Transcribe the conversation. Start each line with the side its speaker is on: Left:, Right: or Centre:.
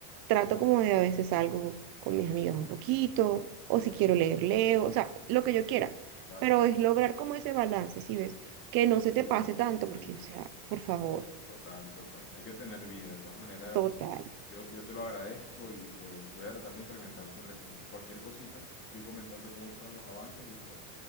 Right: trato como de a veces salgo con mis amigas un poquito, o si quiero leer, leo, o sea, lo que yo quiera,
Left: Claro,
Right: pero es lograr como ese balance, si ves? Que no se
Left: sí,
Right: te pase
Left: lograr
Right: tanto,
Left: el equilibrio.
Right: porque, o sea, por favor,
Left: Total, total. Hay que tener vida. De todas maneras,
Right: total.
Left: yo, yo te lo agradezco y pues voy a tratar de implementar tu régimen. Cualquier cosita, te estoy comentando cómo fueron los avances y pues